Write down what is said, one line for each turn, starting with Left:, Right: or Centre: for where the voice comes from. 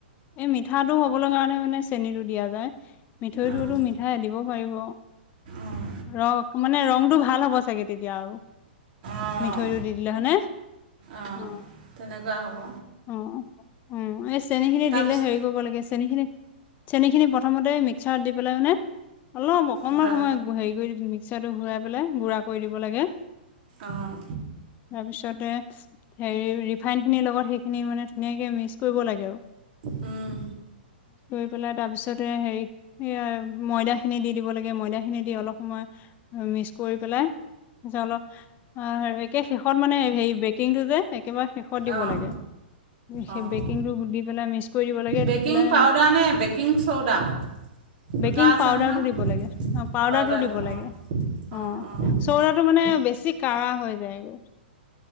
Left: এই মিঠাটো হবলৈ কাৰণে মানে চেনটো দিয়া যায় মিঠৈটোতো
Right: অঁ
Left: মিঠাই দিব পাৰিব
Right: অঁ
Left: ৰ মানে ৰংটো ভাল হ'ব চাগে তেতিয়া আৰু
Right: অঁ
Left: মিঠৈটো দি দিলে হনে
Right: অঁ
Left: অ
Right: তেনেকুৱা হ'ব
Left: অ', উম এই চেনিখি
Right: তাৰপিছত
Left: দিলে হেৰি কৰিব লাগ আছ চেনি খিনি চেনি খিনি প্ৰথমতে মিক্সাৰত দি পেলাই মানে অলপ অকনমান
Right: গুড়া
Left: সময় হেৰি কৰি দিম মিচ্ছাৰটো ঘূৰাই পেলাই গুড়া কৰি দিব লাগে
Right: অঁ
Left: তাৰপিছতে হেৰি ৰিফাইনখিনিৰ লগত সেইখিনি মানে ধুনীয়াকে মিক্স কৰিব লাগে আও
Right: উম।
Left: পেলাই তাৰপিছতে হেৰি ময়দাখিনি দি দিব লাগে, ময়দাখিনি দি অলপ সময় মিক্স কৰি পেলাই জল-অ', <unintelligible> একে শেষত মানে হেৰি বেকিংটো যে একবাৰে শেষত দিব
Right: অঁ
Left: লাগে, সেই
Right: অঁ
Left: বেকিংটো গো-দি পেলাই মিছ কৰি দিব লাগে,
Right: বেকিং
Left: দি পেলাই,
Right: পাউদাৰ নে বেকিং চ'ডা দুটা
Left: বেকিং
Right: আছে
Left: পাউডাৰটো
Right: নহয়
Left: দিব লাগে, অ', পাউডাৰটো
Right: পাউদাৰটো
Left: দিব লাগে,
Right: অঁ
Left: অ',
Right: অঁ অঁ
Left: চ'ডাটো মানে বেছ বেছি কাৰা হৈ যায় গৈ।